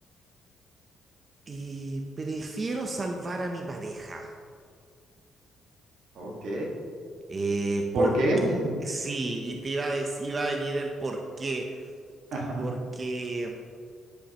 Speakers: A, on the right (about 35°); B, on the right (about 80°).
A: Y prefiero salvar a mi pareja.
B: Ok.
A: Eh,
B: ¿Por
A: porque
B: qué? <laughs>
A: sí, y te iba a dec- iba a venir el por qué.
B: Ajá.
A: Porque,